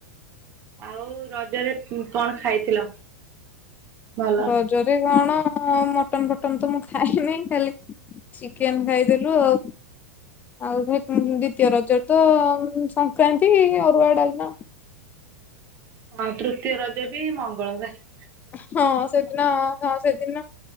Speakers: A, on the right (about 30°); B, on the left (about 20°).
A: ଆଉ ରଜରେ କଣ ଖାଇଥିଲ? ଭଲ?
B: ରଜରେ କଣ ମଟନ ଫଟନ ତ ମୁଁ ଖାଇନି ଖାଲି ଚିକେନ ଖାଇଦେଲୁ ଆଉ ଆଉ ହୁଁ ଦ୍ଵିତୀୟ ରଜରେ ତ ସଂକ୍ରାନ୍ତି ଅରୁଆ ଡ଼ାଲମା।
A: ହଁ ତୃତୀୟ ରଜ ବି ମଙ୍ଗଳ ବାର।
B: ହଁ ସେଦିନ, ହଁ ସେଦିନ